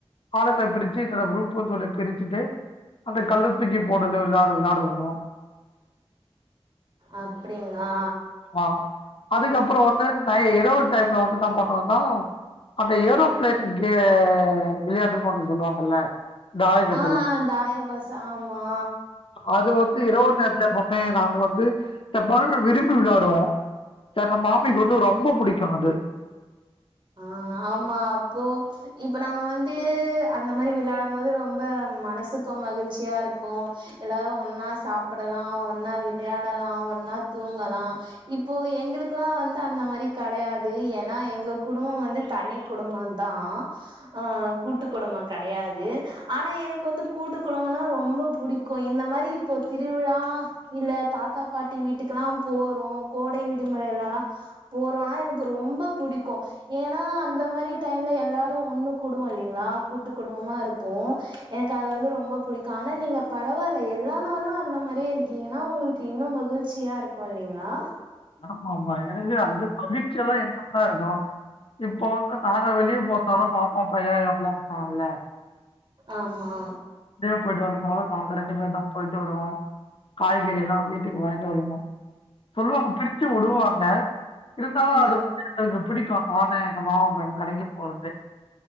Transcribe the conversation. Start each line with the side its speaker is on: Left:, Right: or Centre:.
Left: ஆளமே பிரிச்சு இத்தன குரூப்புன் சொல்லி பிரிச்சிட்டு அந்த கல்ல தூக்கி போட்றது விளையாடு விளையாடுவோ
Right: அப்டிங்ளா
Left: ஆமா அதுக்கப்றோ வந்து நை இரவு டைம்ல வந்து இன்னா பண்ணுவோனா அந்த ஏரோ பிளேனு கே வெளையாட்டுனு ஒன்னு சொல்லுவாங்கல்ல தாயக்கட்டுல
Right: ஆ ஆ தாயபாசு ஆமா
Left: அது வந்து இரவு நேரத்துல எப்வுமே நாங்க வந்து எப்பனா விரும்பி விளாடுவோ எங்க மாமிக்கு வந்து ரொம்ப புடிக்கு அது
Right: ஆ ஆமா அப்போ இப்ப நம்ம வந்து அந்த மாரி விளாடும் போது ரொம்ப மனசுக்கு மகிழ்ச்சியா இருக்கு எல்லாரு ஒன்னா சாப்படலா ஒன்னா விளையாடலா ஒன்னா தூங்கலா இப்போ எங்களுக்குலா வந்து அந்த மாரி கடையாது ஏனா எங் குடும்போ வந்து தனி குடும்போ தா ஆ கூட்டு குடும்போ கெடையாது ஆனா எனக்கு வந்து கூட்டு குடும்பனா ரொம்ப புடிக்கு இந்த மாரி இப்போ திருவிழா இல்ல தாத்தா பாட்டி வீட்டுக்குலா போறோ கோடை விடுமுறைலலா போறோனா எனக்கு ரொம்ப புடிக் க்கு ஏனா அந்த மாரி டைம்ல எல்லாரு ஒன்னு கூடுவோ இல்லீங்ளா கூட்டு குடும்பமா இருப்போ எனக்கு அது வந்து ரொம்ப புடிக்கு ஆனா நீங்க பரவால்ல எல்லா நாளு அந்த மாரியே இருக்கீங்கன்னா உங்களுக் க்கு இன்னு மகிழ்ச்சியா இருக்கு இல்லிங்ளா
Left: ஆமா ஆமா எனக்கு அந்த மகிழ்ச்சியால்லா இருந்துட்தா இருக்கு இப்போ வந்து நாங்க வெளிய போற <unintelligible> ஓ பையே ஏ புள்ள இருக்காங்கள
Right: ஆமா
Left: இப்டே போயிட்டு வருறதுனால நாங்க ரெண்டு பேர் தா போயிட்டு வருவோ காய்கறில்லா வீட்டுக்கு வாங்கிட்டு வருவோன் சொல்லுவாங்க பிரிச்சு வுடுவாங்க இருந்தாலு
Right: ம்
Left: அது வந்து எங்களுக்கு பிடிக்கு நானோ எங்க மாமா பையனு கடக்கி போறன்ட்டு